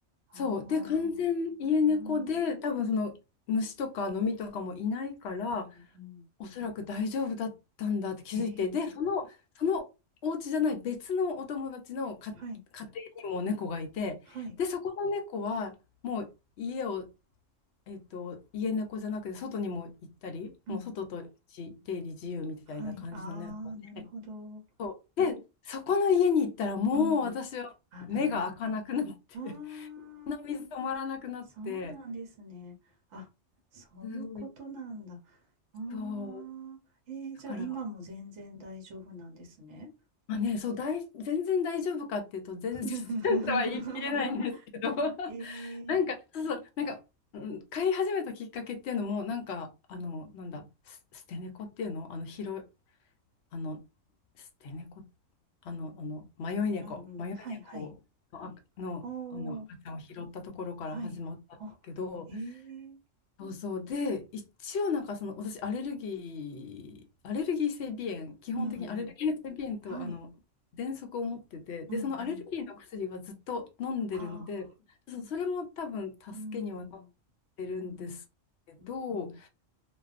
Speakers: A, on the right (about 65°); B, on the left (about 65°).
A: あ
B: そう。で、完全家猫で、
A: あ。うん。うん。
B: 多分その虫とかノミとかもいないから、
A: うん
B: おそらく大丈夫だったんだって気づいて、
A: へえ。
B: で、その、そのお家じゃない別のお友達のか家庭にも猫がいて、
A: はい。はい。
B: で、そこの猫はもう家を、えっと、家猫じゃなくて外にも行ったり、
A: うん。
B: もう外と出入り自由みたいな感じの猫で。
A: はい。ああ、なるほど。
B: で、そこの家に行ったらもう私は目が開かなくなって、
A: うん。あー、ダメ。ああ、
B: <laughs> 鼻水止まらなくなって、
A: そうなんですね。あ、そういうことなんだ。
B: すごい、
A: あ
B: そう、
A: あ、えー、
B: だから、
A: じゃあ今も全然大丈夫なんですね。
B: まあね、そう、大全然大丈夫かっていうと、全然
A: <laughs>
B: <laughs> とは言い切れないんですけど、
A: えー、
B: <laughs> なんか、そうそう、なんか、うん、飼い始めたきっかけっていうのも、なんか、あの、なんだ、ス捨て猫っていうの、あの、拾い、あの、捨て猫、あの、あの、迷い猫、
A: うんうん。
B: 迷い猫の、
A: はいはい。
B: あの、
A: お
B: あの赤ちゃんを拾ったところから始まったんですけど、
A: ー、はい。あ、えー、
B: そうそう。で、一応なんかその、私、アレルギー、アレルギー性鼻炎、基本的にアレルギー性鼻炎と、
A: うんうん。はい。
B: あの、喘息を持ってて、で、
A: うんうん。
B: そのアレルギーの薬はずっと飲んでるので、
A: ああ、
B: そう、それも多分助けにはなってるんですけど、
A: うん、うん、うん、うん。